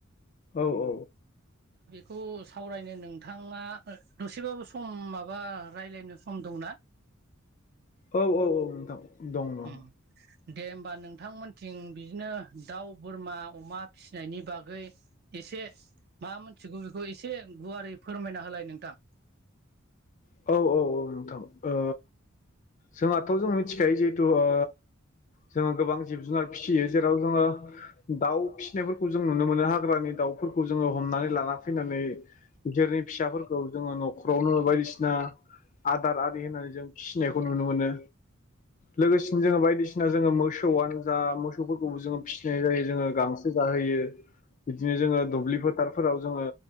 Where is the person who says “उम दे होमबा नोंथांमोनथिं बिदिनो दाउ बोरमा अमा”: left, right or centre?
Right